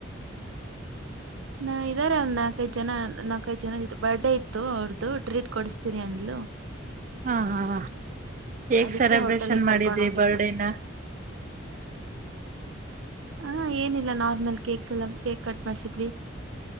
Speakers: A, on the right; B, on the right.
A: ನಾ ಇದ್ದಾರೆ ಒಂದ್ ನಾಲ್ಕೈದು ಜನ, ನಾಲ್ಕೈದು ಜನ, ಬರ್ಡೇ ಇತ್ತು ಅವ್ರ್ದು ಟ್ರೀಟ್ ಕೊಡಿಸತೀನಿ ಅಂದ್ಲು.
B: ಹಾ ಹಾ ಹೆಗ್
A: ಅದಕ್ಕೆ
B: ಸೆಲೆಬ್ರೇಷನ್
A: ಹೋಟೆಲ್ಗ್
B: ಮಾಡಿದ್ರಿ
A: ಕರ್ಕೊಂಡ್ ಹೋಗಿದ್ಲು
B: ಬರ್ಡೇನಾ.
A: ಹಾ ಏನಿಲ್ಲ ನಾರ್ಮಲ್ ಕೇಕ್ಸ್ ಎಲ್ಲ ಕಕ್ ಕಟ್ ಮಾಡಸಿದ್ವಿ,